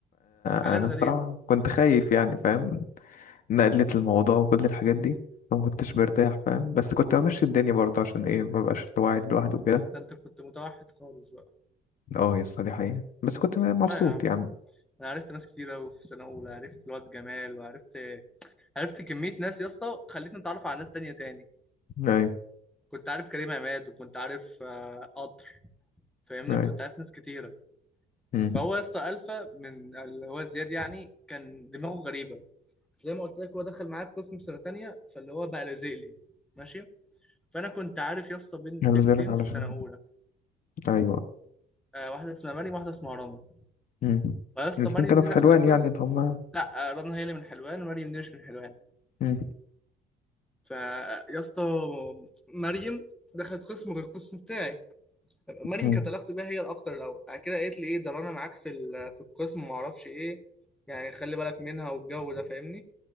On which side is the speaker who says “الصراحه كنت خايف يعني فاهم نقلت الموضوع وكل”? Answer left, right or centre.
Left